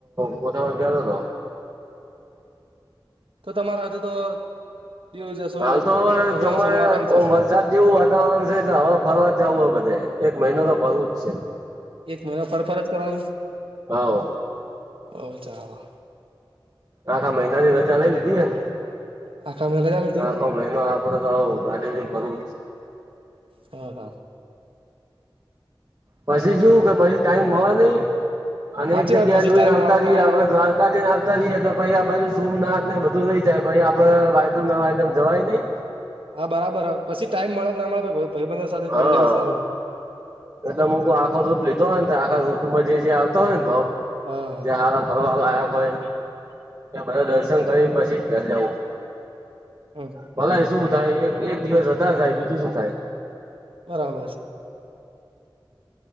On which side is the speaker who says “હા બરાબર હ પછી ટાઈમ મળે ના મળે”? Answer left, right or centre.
Right